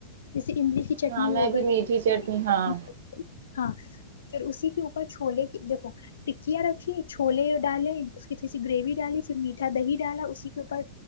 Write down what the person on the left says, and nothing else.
ج املی کی چٹنی
ہو گئی
چٹنی
ہو گئی ہاں پھر اسی کے اوپر چھولے کی دیکھو ٹکیاں رکھی چھولے ڈالے اس کی تھوڑی سی گریوی ڈالی پھر میٹھا دہی ڈالا اسی کے اوپر